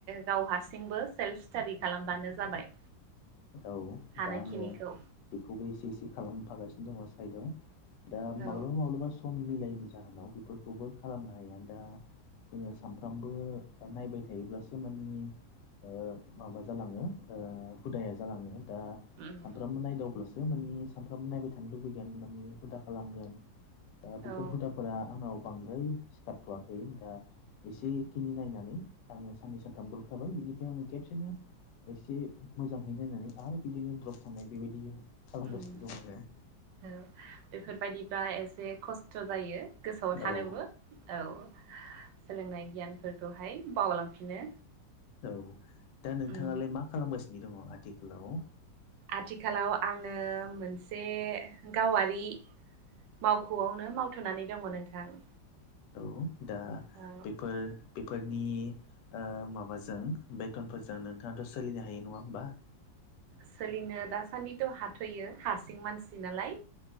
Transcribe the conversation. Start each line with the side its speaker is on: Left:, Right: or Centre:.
Right: गाव हारसिंबो सेल्फ स्टाडि खालामबानो जाबाय।
Left: औ
Right: हानायखिनिखौ
Left: दा आङो बेखौबो एसे एसे खालामफागासिनो दङ साइदआव। दा
Right: औ
Left: माब्लाबा माब्लाबा सम मिलायनि जाहोनाव बेफोरखौबो खालामनो हाया दा जोङो सानफ्रामबो दा नायबाय थायोब्लासो माने ओ माबा जालाङो ओ हुदाया जालाङो दा
Right: उम
Left: सानफ्रामबो नायदावब्लासो माने सानफ्रामबो नायबाय थानो लुबैगोन माने हुदा खालामगोन दा
Right: औ
Left: बेफोर हुदाफोरा आंनाव बांद्राय सिखारथ'वाखै दा एसेखिनि नायनानै आङो साननै सानथाम द्रब थाबाय बिनिफ्राय आङो खेबसेनो एसे मोजाङै नायनानै आरो बिदिनो द्रप थानायनाय बेबायदि खालामगासिनो
Right: उम
Left: दं आरो
Right: औ बेफोरबायाददिबा एसे खस्थ' जायो गोसोआव थानोबो
Left: आरो
Right: औ। सोलोंनाय गियानफोरखौहाय बावलांफिनो।
Left: औ दा नोंथाङालाय
Right: उम
Left: मा खालामगासिनो दङ आथिखालाव?
Right: आथिखालाव आङो मोनसे गावारि मावख'आवनो मावथ'नानै दंमोन नोंथां।
Left: औ दा
Right: औ
Left: बेफोर बेफोरनि ओ माबाजों बेथनफोरजों नोंथाङाथ' सोलिनो हायो नङा होमबा।
Right: सोलिनो दासान्दिथ' हाथ'यो हारसिं मानसि नालाय